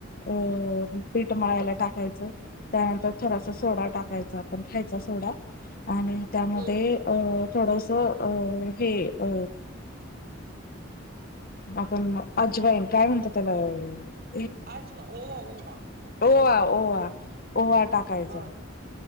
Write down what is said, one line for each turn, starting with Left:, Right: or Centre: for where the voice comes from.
Left: अ पीठ मळायला टाकायचं. त्यानंतर थोडास सोडा टाकायचा. खायचा सोडा. आणि त्यामध्ये
Right: हम्
Left: अ थोडस अ हे अ आपण अजवाईन. काय म्हणतो त्याला अ
Right: अज ओवा, ओवा.
Left: ओवा, ओवा, ओवा टाकायचा.
Right: हा